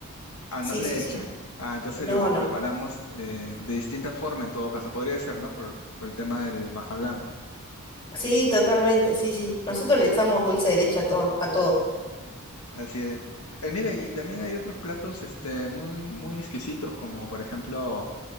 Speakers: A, on the left (about 75°); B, on the left (about 25°).
A: Ah,
B: Sí,
A: no le
B: sí,
A: echan.
B: sí.
A: Ah, entonces
B: No,
A: lo
B: no.
A: preparamos eh, de distinta forma en todo caso. Podría ser, ¿no? Por, por el tema del manjar blanco.
B: Sí, totalmente, sí, sí. Nosotros le echamos dulce de leche a todo, a todo.
A: Así es. Eh, mira, y también hay otros platos este, muy, muy exquisitos, como por ejemplo...